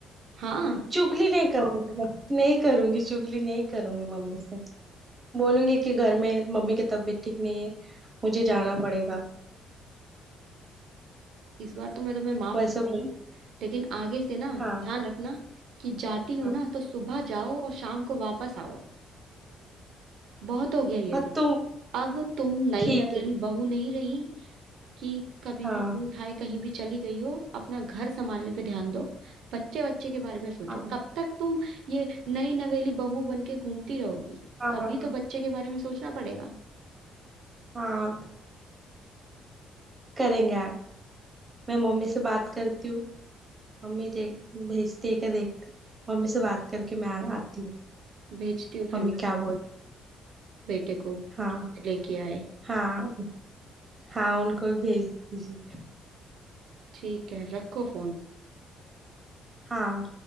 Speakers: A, on the right (about 70°); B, on the right (about 25°).
A: हाँ
B: चुगली नहीं करूंगी मैं नहीं करूंगी चुगली नहीं करूंगी मम्मी से बोलूंगी कि घर में मम्मी की तबीयत ठीक नहीं है मुझे जाना पड़ेगा
A: इस बार तो मैं तुम्हें माफ
B: वैसा
A: कर रही
B: बोल
A: हूँ लेकिन आगे से ना
B: हाँ
A: ध्यान रखना कि जाती हो
B: हाँ
A: ना तो सुबह जाओ और शाम को वापस आओ बहुत हो गया ये
B: हाँ
A: सब
B: तुम
A: अब तुम नई
B: ठीक
A: नवेली
B: है
A: बहू नहीं रही कि कभी
B: हाँ
A: भी मुंह उठाए कहीं भी चली गई हो अपना घर संभालने पे ध्यान दो बच्चे बच्चे के बारे में सोचो
B: हाँ
A: कब तक तुम ये नई नवेली बहू बन के घूमती रहोगी
B: हाँ
A: कभी तो बच्चे के बारे में सोचना पड़ेगा
B: हाँ, करेंगे यार मैं मम्मी से बात करती हूँ मम्मी देख भेजती है क्या देखती हूँ। मम्मी से बात करके मैं आ, आती हूँ
A: भेजती हूँ फिर
B: मम्मी
A: मैं
B: क्या बोल
A: बेटे को
B: हाँ
A: लेके आए
B: हाँ हाँ उनको भी भेज दीजिए
A: ठीक है रखो फोन
B: हाँ